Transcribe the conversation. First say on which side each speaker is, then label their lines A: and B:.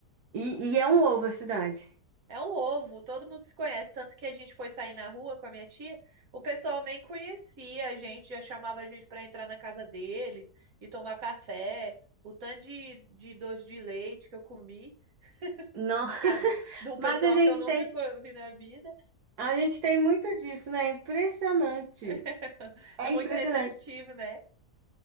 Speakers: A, on the right; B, on the right.
A: E, e é um ovo a cidade.
B: É um ovo, todo mundo se conhece. Tanto que a gente foi sair na rua com a minha tia, o pessoal nem conhecia a gente, já chamava a gente para entrar na casa deles e tomar café. O tanto de, de doce de leite que eu comi
A: Não,
B: na
A: <laughs>
B: casa do- de um
A: mas
B: pessoal
A: a gente
B: que eu nunca
A: tem
B: co- vi na vida.
A: A gente tem muito disso, né? É Impressionante.
B: <laughs>
A: É
B: É muito
A: impressionante.
B: receptivo, né?